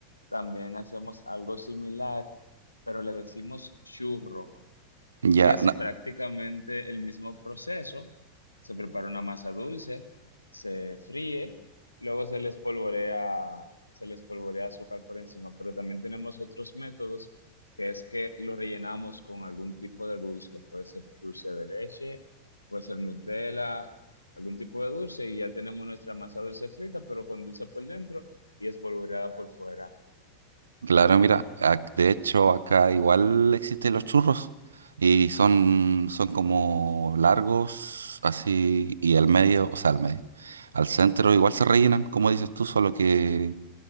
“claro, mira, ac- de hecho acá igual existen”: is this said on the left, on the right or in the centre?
Right